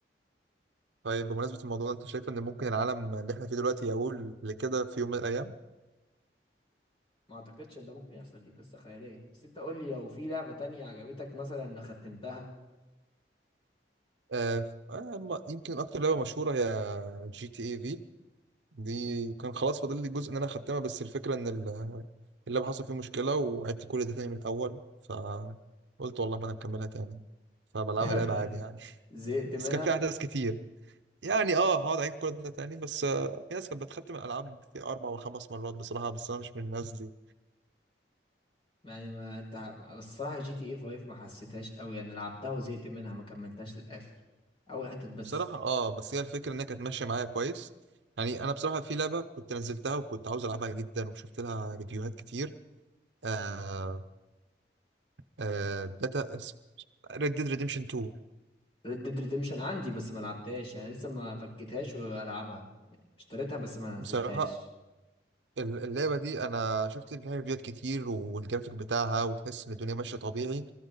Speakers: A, on the right (about 80°); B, on the left (about 30°).
A: طيب بمناسبه الموضوع ده انت شايف ان ممكن العالم اللي احنا فيه دلوقتي يقول لكده في يوم من الايام
B: ما اعتقدش ان ده ممكن يحصل دي قصه خياليه بس انت قول لي لو في لعبه تانية عجبتك مثلا ختمتها
A: آه آه، ما- يمكن اكتر لعبه مشهوره هي جي تي اي في دي كان خلاص فاضل لي جزء ان انا اختمها بس الفكره ان ال- اللعبه حصل فيه مشكله وعدت كل ده تاني من الاول فقلت والله ما انا مكملها تاني فبلعبها
B: <laughs>
A: لعبه عادي يعني
B: زهقت
A: <laughs>
B: منها
A: بس كان في احداث كتير يعني اه هقعد اعيد كل ده تاني بس آه، في ناس كانت بتختم الالعاب في اربع وخمس مرات بصراحه بس انا مش من الناس دي
B: يعني ما انت بس الصراحه جي تي اي 5 ما حسيتهاش قوي يعني لعبتها وزهقت منها ما كملتهاش للاخر اول حتت بس
A: بصراحه اه بس هي الفكره انها كانت ماشيه معايا كويس يعني انا بصراحه في لعبه كنت نزلتها وكنت عاوز العبها جدا وشفت لها ريفيوهات كتير آه آه داتا ريد ديد ريديمشن 2
B: ريد ديد ريديمشن عندي بس ما لعبتهاش يعني لسه ما فكيتهاش والعبها يعني اشتريتها بس ما نزلتهاش
A: بصراحه ال- اللعبه دي انا شفت لها ريفيوهات كتير والجرافيك بتاعها وتحس ان الدنيا ماشيه طبيعي